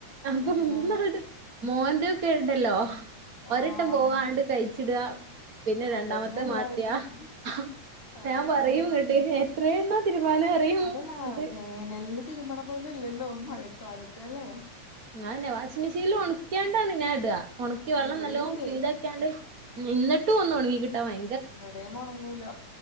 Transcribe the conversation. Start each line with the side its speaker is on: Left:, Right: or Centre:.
Right: അപ്പൊ
Left: അതന്നെ
Right: മൂന്നാൾതും മോൻന്റെ ഒക്കെ ഇണ്ടല്ലോ ഒരെട്ടം
Left: ആഹ്
Right: പോവാ ആണ്ട് കഴിച്ച് ചിടാ പിന്നെ രണ്ടാമത്തെ
Left: അതന്നെ എല്ലായിടത്തും
Right: മാറ്റുക ആഹ്
Left: ആഹ്
Right: ഞാൻ പറയൂം വി ഏഹ് എത്രയെണ്ണവാ തിരുമ്മാന് അറിയും
Left: അതല്ലാ
Right: അത്
Left: വേനലില് തിരുമ്മണ പോലല്ലല്ലോ മഴക്കാലത്തല്ലേ
Right: ഉം അതന്നെ വാഷിഗ് മെഷീനിൽ ഒണക്കാണ്ടാണ് ഞാൻ ഇടുക ഒണക്കി
Left: ആഹ്
Right: വെള്ളം
Left: ഇവിടെയും
Right: നല്ലോ
Left: അതെ
Right: പീ ക്കാണ്ട് ഉം ഇന്നിട്ടും ഒന്നൊണങ്ങി കിട്ടാ ഭയ
Left: ഇവിടെയും ഒണങ്ങൂല